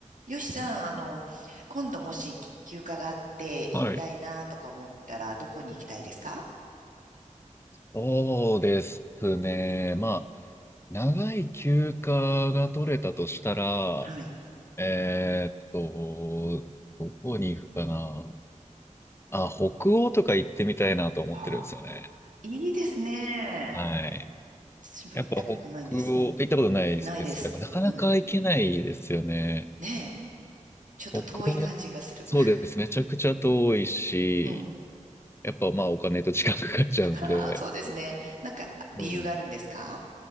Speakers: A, on the right; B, on the left.
A: よしさん、あの、今度もし休暇があって行きたいなとか思ったら、
B: はい。
A: どこに行きたいですか
B: そうですね。まあ、長い休暇が取れたとしたら、
A: はい。
B: えーっと、どこに行くかな。あ、北欧とか行ってみたいなと思ってるんですよね。
A: ああ、いいですね。
B: はい。
A: 私も行ったことないんです。
B: やっぱ北欧、
A: うん。
B: 行ったことないですかなかなか行けないですよね。
A: ないです。うん。ねえ。ちょっと遠い感じがする。
B: 北欧、そうですね。めちゃくちゃ遠いし、
A: <laughs> うん。
B: やっぱまあお金と時間かかっちゃうんで、
A: <laughs> そうですね。なんか、理由があるんですか
B: そうなんです